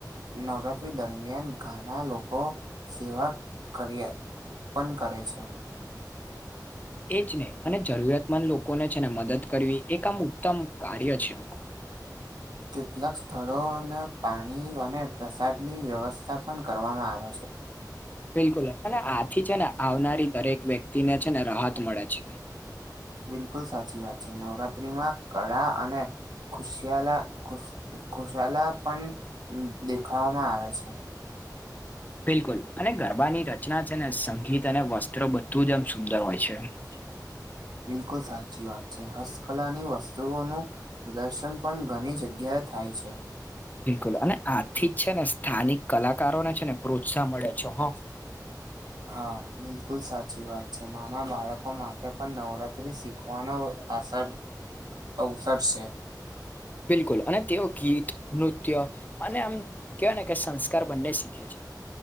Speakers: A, on the right; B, on the left.
A: નવરાત્રિ દરમિયાન ઘણા લોકો સેવા કરીયા પણ કરે છે
B: એ જ ને અને જરૂરીયાતમંદ લોકોને છેને મદદ કરવી એક આમ ઉત્તમ કાર્ય છે.
A: કેટલાક સ્થળોને પાણી અને પ્રસાદની વ્યવસ્થા પણ કરવામાં આવે છે.
B: બિલકુલ અને આથી છે ને આવનારી દરેક વ્યક્તિ ને છે ને રાહત મળે છે.
A: બિલકુલ સાચી વાત છે નવરાત્રીમાં કળા અને ખુશિયાલા ખુશ ખુશલા પણ દેખાવામાં આવે છે.
B: બિલકુલ અને ગરબાની રચના છે ને સંગીત અને વસ્ત્ર બધું જ આમ સુંદર હોય છે.
A: <inaudible> બિલકુલ સાચી વાત જે હસ્તકલાની વસ્તુઓનું પ્રદર્શન પણ ઘણી જગ્યાએ થાય છે.
B: બિલકુલ અને આથી જ છે ને સ્થાનિક કલાકારોને છે ને પ્રોત્સાહન મળે છે હ
A: હા બિલકુલ સાચી વાત છે નાના બાળકો માટે પણ નવરાત્રી શી માનવ અસર અવસર છે.
B: બિલકુલ અને તેઓ ગીત નૃત્ય અને આમ કહેવાય ને કે સંસ્કાર બંને શીખે છે.